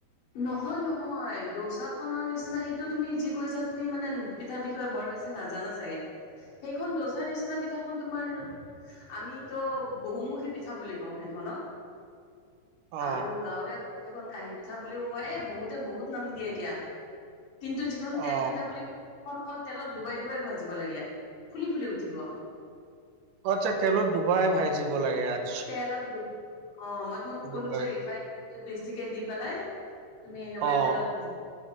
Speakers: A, on the left; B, on the right.
A: নহয় নহয় দোচাখনৰ নিচিনা সেইটো তুমি যি কৈছা তুমি মানে- পিঠাৰ বিষয়ে বৰ বেছি নাজানা চাগে, সেইখন দচাৰ নিচিনা পিঠাখন তোমাৰ- আমিতো বহুমুখী পিঠা বুলি কওঁ সেইখনক।
B: অ
A: আৰু গাঁৱলীয়াত ক'ব গলে কেইখন কাঁহি পি- পিঠা বুলিও কয় বহুতে বহুত নাম দিয়ে দিয়া। কিন্তু যিখন তেল
B: অ
A: পিঠা বুলি ক- সেইখন অকল তেলত ডুবাই ডুবাই ভাজিব লাগে ফুলি ফুলি উঠিব।
B: অ আচ্ছা তেলত ডুবাই ভাজিব লাগে, আ-
A: তেলত ডুবাই, অ মই তোমাক
B: ডুবাই
A: ক'লো যে ৰিফাইন- তেল বেছিকে দি পেলাই তুমি একেবাৰে
B: অ
A: তেলত ভিজ